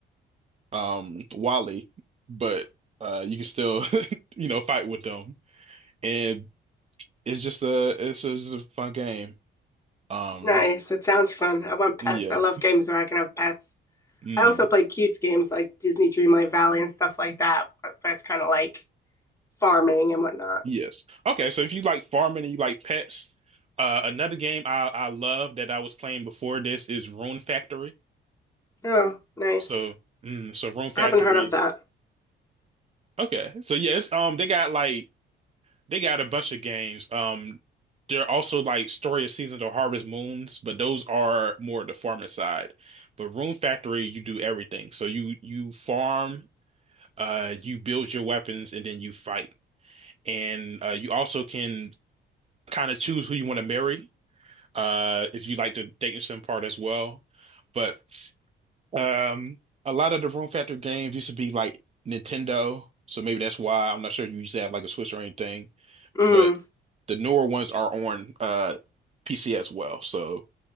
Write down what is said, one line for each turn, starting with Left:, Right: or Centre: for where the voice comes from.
Right: um Wally, but uh you can still <laughs> you know fight with them. And it's just a it's, a- it's a fun game. Um
Left: Nice. It sounds fun. I want pets.
Right: Yeah.
Left: I love games where I can have pets.
Right: Mm.
Left: I also play cute games like Disney Dreamlight Valley and stuff like that. That's kind of like farming and whatnot.
Right: Yes. Okay. So if you like farming and you like pets, uh, another game I, I love that I was playing before this is Rune Factory.
Left: Oh, nice.
Right: So, mm, so Rune Factory.
Left: I haven't heard of that.
Right: Okay. So yes, um, they got like they got a bunch of games. Um, they're also like Story of Seasons or Harvest Moons, but those are more the farming side. But Rune Factory, you do everything. So you you farm, uh, you build your weapons, and then you fight. And uh, you also can kind of choose who you want to marry, uh, if you like the dating sim part as well. But um, a lot of the Room Factor games used to be like Nintendo, so maybe that's why. I'm not sure you used to have like a Switch or anything,
Left: Mm,
Right: but the newer ones are on uh, PC as well. So